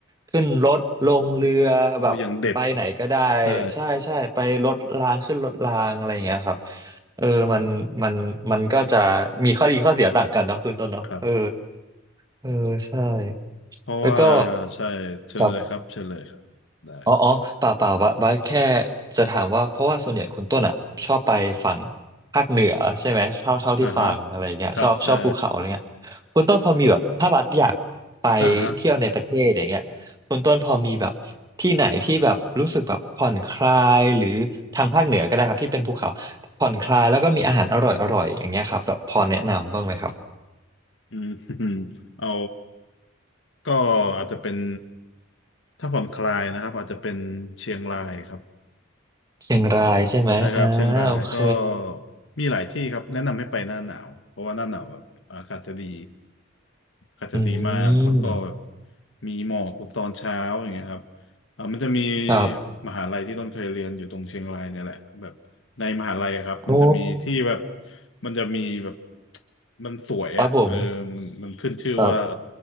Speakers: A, on the right; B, on the left.
A: ขึ้นรถลงเรือแบบไปไหนก็ได้
B: อุ้ยยังเด็ดใช่
A: ใช่ใช่ไปรถรางขึ้นรถรางอะไรอย่างเงี้ยครับเออมันมันมันก็จะมีข้อดีข้อเสียต่างกันเนาะคุณต้นเนาะเออ
B: ครับ
A: เออใช่
B: เพราะว่า
A: แล้วก็
B: ใช่เชิญเลยครับเชิญเลยครับได้
A: ครับอ๋ออ๋อเปล่าเปล่าบัสบัสแค่จะถามว่าเพราะว่าส่วนใหญ่คุณต้นอ่ะชอบไปฝั่งภาคเหนือใช่ไหมเท่าเท่าที่ฟังอะไรเงี้ยชอบชอบภูเขาอะไรเงี้ยคุณต้นพอมีแบบถ้าบัสอยากไป
B: อ่าฮะครับใช่อ่าฮะ
A: เที่ยวในประเทศอย่างเงี้ยคุณต้นพอมีแบบที่ไหนที่แบบรู้สึกแบบผ่อนคลายหรือทางภาคเหนือก็ได้ครับที่เป็นภูเขาผ่อนคลายแล้วก็มีอาหารอร่อยอร่อยอย่างเงี้ยครับแบบพอแนะนำบ้างไหมครับ
B: อืม <laughs> เอาก็อาจจะเป็นถ้าผ่อนคลายนะครับอาจจะเป็นเชียงรายครับ
A: เชียงรายใช่ไหมอ่าโอเค
B: ใช่ครับเชียงรายก็มีหลายที่ครับแนะนำให้ไปหน้าหนาวเพราะว่าหน้าหนาวแบบอากาศจะดีอากาศจะดีมากแล้วก็แบบ
A: อืม
B: มีหมอกตอนเช้าอย่างเงี้ยครับเอ่อมันจะมี
A: ครับ
B: มหาลัยที่ต้นเคยเรียนอยู่ตรงเชียงรายเนี่ยแหละแบบในมหาลัยอะครับมันจะมีที่แบบ
A: โอ้
B: มันจะมีแบบมันสวยอ่ะเออมันมันขึ้นชื่อว่า
A: ครับผมครับ